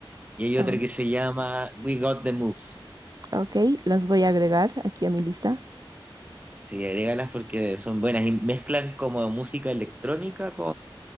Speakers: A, on the right; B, on the right.
A: Y hay
B: Ah,
A: otra que se llama We Got the Moves.
B: ok, las voy a agregar aquí a mi lista.
A: Sí, agrégalas porque son buenas y mezclan como música electrónica